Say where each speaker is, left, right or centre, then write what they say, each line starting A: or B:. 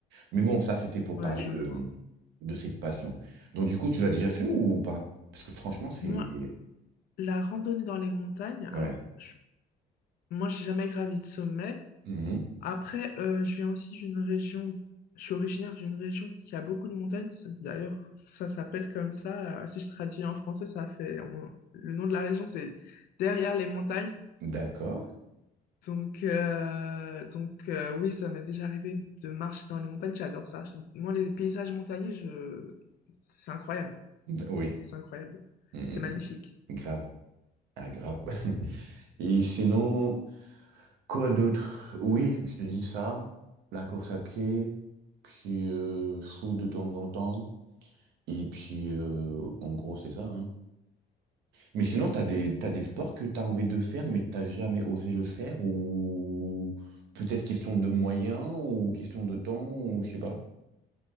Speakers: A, on the right (about 80°); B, on the left (about 65°).
A: Mais bon, ça, c'était pour
B: Ouais,
A: parler
B: je
A: de,
B: vois.
A: de cette passion. Donc, du coup, tu l'as déjà fait ou pas? Parce que franchement, c'est...
B: Moi, la randonnée dans les montagnes,
A: Ouais.
B: alors, je- moi, j'ai jamais gravi de sommet,
A: Mhm.
B: Après, euh, je viens aussi d'une région, je suis originaire d'une région qui a beaucoup de montagnes. C'est- D'ailleurs, ça s'appelle comme ça. Euh, si je traduis en français, ça fait, on- le nom de la région, c'est Derrière les montagnes.
A: D'accord.
B: Donc, euh, donc euh, oui, ça m'est déjà arrivé de marcher dans les montagnes. J'adore ça. Je- Moi, les paysages montagneux, je... c'est incroyable.
A: Oui,
B: C'est incroyable.
A: Mm,
B: C'est
A: mm,
B: magnifique.
A: mm. grave. Ah, grave. <laughs> Et sinon, quoi d'autre? Oui, je te dis ça, la course à pied, puis euh, foot de temps en temps, et puis euh, en gros, c'est ça, hein. Mais sinon, t'as des, t'as des sports que t'as envie de faire, mais t'as jamais osé le faire, ou peut-être question de
B: Hum,
A: moyens, ou question de temps, ou je sais pas.